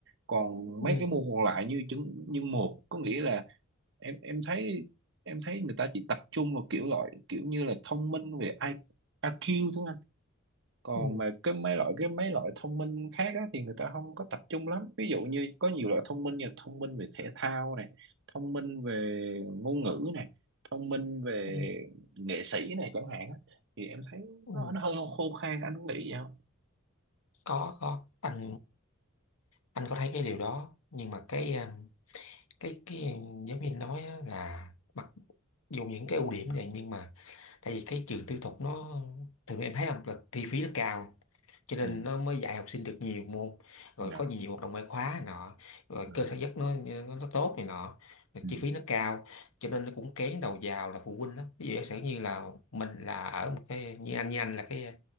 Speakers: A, on the right; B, on the left.
A: còn
B: ừ,
A: mấy cái môn còn lại như chứng nhân một có nghĩa là em em thấy em thấy người ta chỉ tập trung vào kiểu loại kiểu như là thông minh về I, IQ thôi anh còn
B: ừ,
A: mà cái mấy loại cái mấy loại thông minh khác á, thì người ta không có tập trung lắm ví dụ như có nhiều loại thông minh như là thông minh về thể thao này thông minh về ngôn ngữ này thông minh về
B: ừ,
A: nghệ sĩ này chẳng hạn á. thì em thấy
B: ừ.
A: nó, nó hơi khô khan anh có nghĩ vậy không
B: Có có anh anh có thấy cái điều đó nhưng mà cái ờ, cái cái giáo viên nói á là mặc dù những cái ưu điểm này nhưng mà tại vì cái trường tư thục nó thường em thấy không là chi phí nó cao cho nên
A: ừ
B: nó mới dạy học sinh được nhiều môn rồi
A: dạ
B: có nhiều hoạt động ngoại khóa này nọ rồi
A: ừ
B: cơ sở giấc nó nó, nó tốt này nọ rồi
A: ừ
B: chi phí nó cao cho nên nó cũng kén đầu vào là phụ huynh lắm ví dụ giả sử như là mình là ở một cái như anh như anh là cái